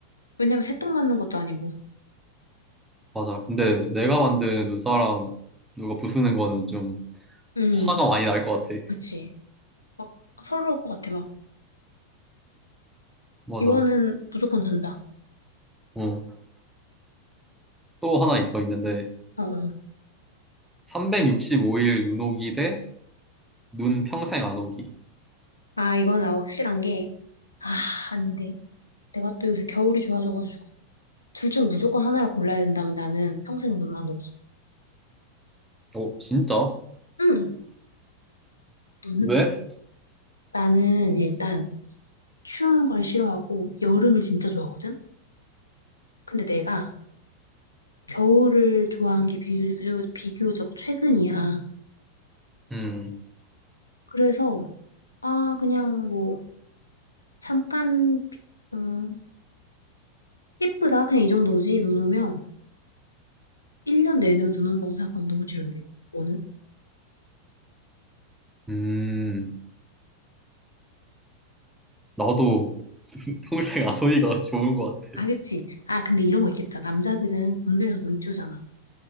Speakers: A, on the left (about 80°); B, in the centre.
A: 왜냐면 새똥 맞는 것도 아니고.
B: 맞아 근데 내가 만든 눈사람 누가 부수는 거는 좀
A: 응,
B: 화가 많이 날 것 같아
A: 그치. 막 서러울 것 같아, 막.
B: 맞아
A: 이거는 무조건 된다.
B: 어또 하나 더 있는데
A: 어, 어.
B: 365일 눈 오기 대 눈 평생 안 오기.
A: 아, 이건 나 확실한 게, 아, 아닌데. 내가 또 요새 겨울이 좋아져가지고. 둘 중 무조건 하나를 골라야 된다면 나는 평생 눈 안 오기.
B: 어, 진짜?
A: 응, 너는?
B: 왜?
A: 나는 일단 추운 걸 싫어하고 여름을 진짜 좋아하거든? 근데 내가 겨울을 좋아한 게 비교적, 비교적 최근이야.
B: 음,
A: 그래서, 아, 그냥 뭐, 잠깐, 비- 어, 예쁘다. 그냥 이 정도지. 눈 오면. 1년 내내 눈 온다고 생각하면 너무 싫은데? 너는?
B: 음, 나도 <laughs> 평생 안 오기가 좋은 것 같아.
A: 아, 그치. 아, 근데 이런 거 있겠다. 남자들은 군대에서 눈 띄우잖아.